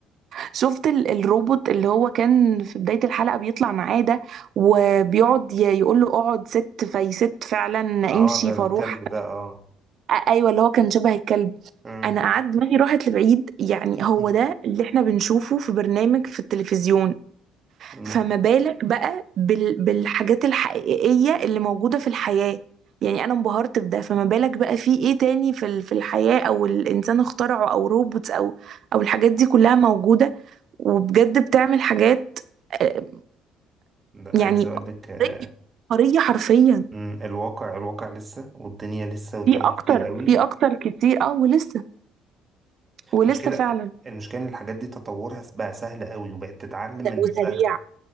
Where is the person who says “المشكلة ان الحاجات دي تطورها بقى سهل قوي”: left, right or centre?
Right